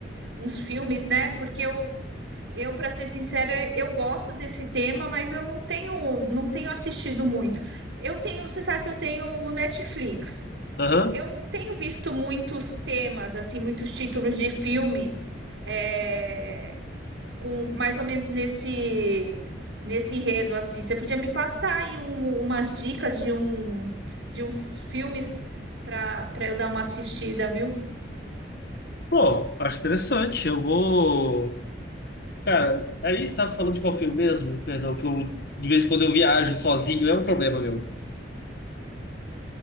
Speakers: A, on the right; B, on the left.
A: uns filmes, né? Porque eu, Eu, para ser sincera, eu gosto desse tema, mas eu não tenho, não tenho assistido muito. Eu tenho, você sabe que eu tenho o Netflix.
B: Aham.
A: Eu não tenho visto muitos temas, assim, muitos títulos de filme é, com mais ou menos nesse nesse enredo assim. Você podia me passar aí um- umas dicas de um de uns filmes para para eu dar uma assistida, viu?
B: Pô, acho interessante. Eu vou. Cara, aí você estava falando de qual filme mesmo? Perdão, que eu, de vez em quando eu viajo sozinho, é um problema meu.